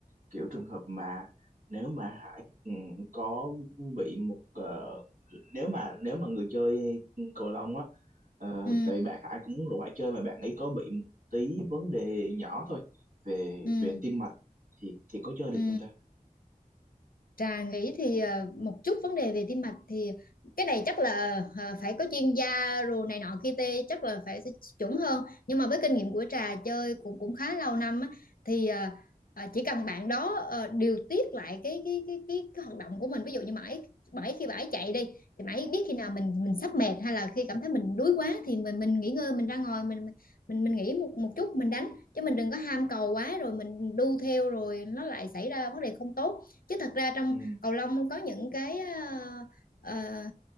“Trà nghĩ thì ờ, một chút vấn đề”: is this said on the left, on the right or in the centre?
Left